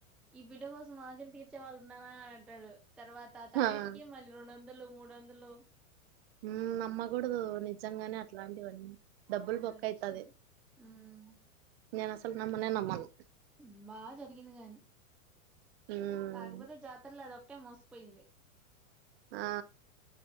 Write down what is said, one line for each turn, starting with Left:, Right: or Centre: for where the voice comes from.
Centre: ఈ బిడ్డ కోసం ఆకలి తీర్చేవాళ్ళున్నార అని అంటూడు తర్వాత తాయిత్
Right: ఆ
Centre: కే మళ్ళీ రెండు వందలు మూడోందలూ
Right: ఊమ్ నమ్మకూడదు నిజంగానే అట్లాంటివన్నీ డబ్బులు
Centre: అట్లా
Right: బొక్క
Centre: చేసినాను
Right: అయితది
Centre: ఉమ్
Right: నేను అసలు నమ్మనే నమ్మను
Centre: ఉం బా జరిగింది గాని
Right: ఉమ్
Centre: కాగపోతే జాతరలో అద్ ఇట్టే మోసపోయింది
Right: ఆ